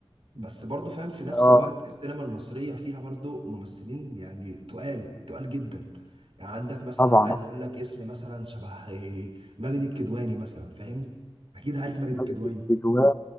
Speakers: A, on the right; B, on the left.
A: بس برضو فاهم في نفس
B: اه
A: الوقت السينما المصرية فيها برضو ممثلين يعني تقال تقال جدا يعني عندك مثلا
B: طبعا
A: عايز اقول لك اسم مثلا شبه إيه، ماجد الكدواني مثلا فاهم اكيد عارف ماجد
B: ماجد
A: الكدواني
B: الكدواني